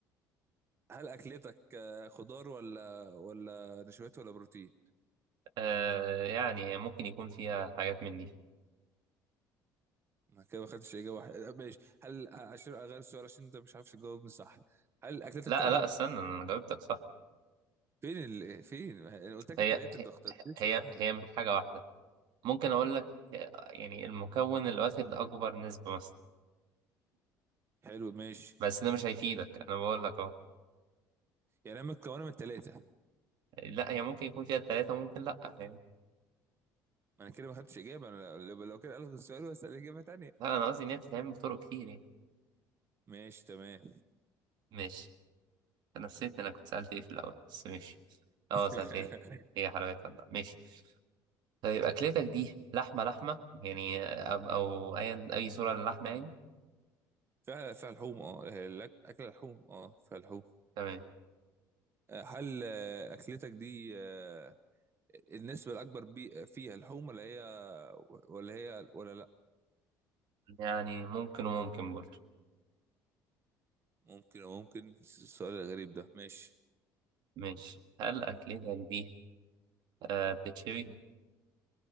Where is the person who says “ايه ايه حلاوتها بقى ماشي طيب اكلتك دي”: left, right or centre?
Right